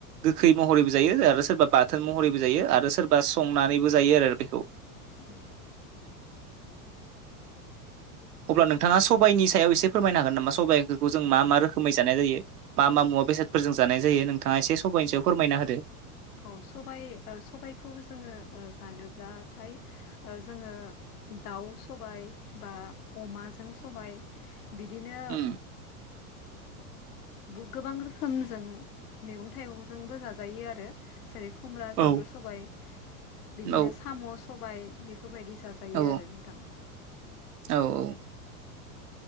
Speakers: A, on the right; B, on the left.
A: गोखै महरैबो जायो आरो सोरबा बाथोन महरैबो जायो आरो सोरबा संनानैबो जायो आरो बेखौ।
B: औ।
A: अब्ला नोंथाङा सबाइनि सायाव एसे फोरमायनो हागोन नामा सबाइफोरखौ जों मा मा रोखोमै जानाय जायो। मा मा मुवा बेसादफोरजों जानाय जायो नोंथाङा एसे सबाइनिसायाव फोरमायना होदो।
B: औ सब सबायखौ जोङो जानोब्लाथाय जोङो दाउ सबाय बा अमाजों सबाय बिदिनो
A: उम
B: गोबां रोखोमजों मैगं थाइगंजोंबो जाजायो आरो‌। जेरै खुमब्राजोंबो
A: औ
B: सबाय बिदिनो
A: औ
B: साम' सबाय बेफोरबायदि जाजायो
A: औ
B: आरो नोंथां।
A: औ औ।